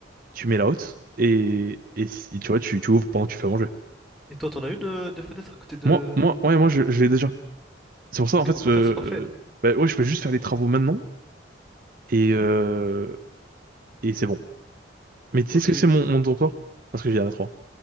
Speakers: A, on the right (about 45°); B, in the centre.
A: tu mets la haute et, et si, tu vois, tu, tu ouvres pendant que tu fais à manger.
B: Et toi, t'en as une euh, de fenêtre à côté de...
A: Moi, moi, ouais, moi, je, je l'ai déjà. C'est pour ça,
B: Ok,
A: en fait,
B: donc en
A: euh,
B: fait, c'est parfait.
A: bah, ouais, je peux juste faire les travaux maintenant et, euh, et c'est bon. Mais tu
B: Ok.
A: sais ce que c'est mon, mon dortoir? Parce que j'ai la 3.